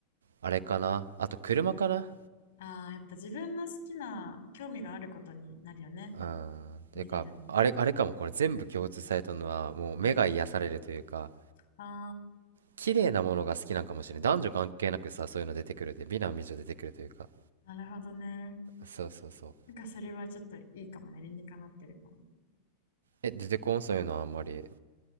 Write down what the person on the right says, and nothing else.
あれかなあと車かな
うんてかあれあれかもこれ全部共通されたのはもう目が癒されるというか
綺麗なものが好きなんかもしれない男女関係なくさそういうの出てくるで美男美女出てくるというか
そうそうそう
え出てこんそういうのはあんまり